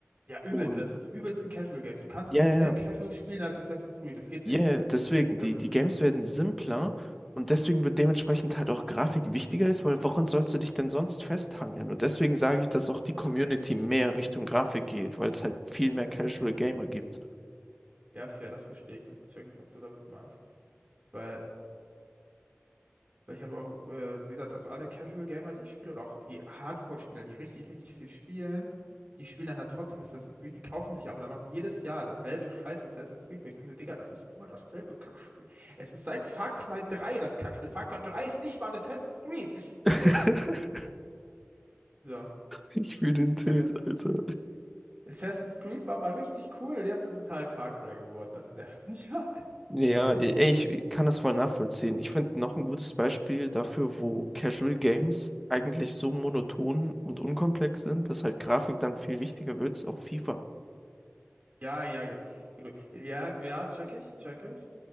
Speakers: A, on the right (about 35°); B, in the centre.
A: Ja, übelst,
B: Und
A: das sind die übelsten Casual Games. Du kannst
B: ja,
A: nicht
B: ja,
A: mehr Casual spielen als Assassin's Creed, das geht
B: Ja,
A: nicht.
B: yeah, deswegen,
A: So,
B: die, die Games werden simpler und deswegen wird dementsprechend halt auch Grafik wichtiger ist, weil woran sollst du dich denn sonst festhangeln? Und deswegen sage ich, dass auch die Community mehr Richtung Grafik geht, weil es halt viel mehr Casual
A: mhm.
B: Gamer gibt.
A: Ja, fair, das verstehe ich, das check ich, was du damit meinst. Weil Weil ich habe auch, äh, wie gesagt, also alle Casual Gamer, die ich spiele, oder auch die Hardcore-Spieler, die richtig, richtig viel spielen, die spielen dann halt trotzdem Assassin's Creed, die kaufen sich aber dann auch jedes Jahr dasselbe scheiß Assassin's Creed, wo ich denke, so, Digga, das ist immer dasselbe Kackspiel. Es ist seit Far Cry 3 das Kackspiel. Far Cry 3 ist nicht mal ein Assassin's Creed.
B: <laughs>
A: So, so.
B: Ich fühle den
A: Assassin's,
B: Tilt, Alter.
A: Assassin's Creed war mal richtig cool, jetzt ist es halt Far Cry geworden. Das nervt mich <laughs> halt.
B: Ja, ey, ich kann das voll nachvollziehen. Ich finde noch ein gutes Beispiel dafür, wo Casual Games eigentlich so monoton und unkomplex sind, dass halt Grafik dann viel wichtiger wird, ist auch FIFA.
A: Ja, ja, ge- gut. Ja, ja, check ich, check ich.